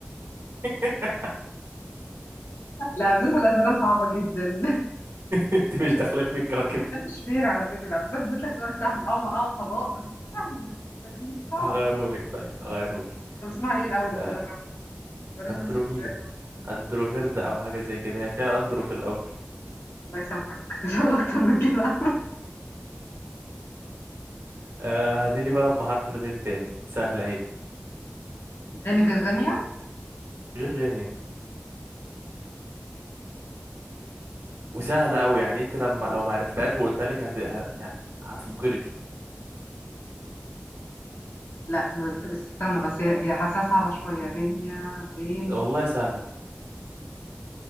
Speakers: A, on the right (about 80°); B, on the left (about 85°).
A: <laughs>
B: لا بس الأسئلة صعبة جدا
A: انت مش داخله لي في الكواكب
B: <laughs> ده مش فير على فكرة بس أنا اديت لك سؤال سهل اه ما اه فضاء بس سهل لكن مش صعب
A: هغيرهولك طيب هغيرهولك
B: طب اسمها ايه الأول المجرب
A: آه
B: بني
A: اندروميدا
B: تونسي عارفها
A: اندروميردا او حاجه زي كده هي فيها اندرو في الاول
B: الله يسامحك <laughs> مش هقول أكتر من كده
A: آه هتقولي بلد بحرف الغين تاني سهله اهي
B: <laughs> غيني كانت غينيا
A: غير غينيا وسهله قوي يعني انت لما لو ما عرفتهاش وقلت لك هت... هت... هتتجلطي
B: لا بس بس استنى بس هي هي حاساها صعبة شوية غينيا غين
A: والله سهله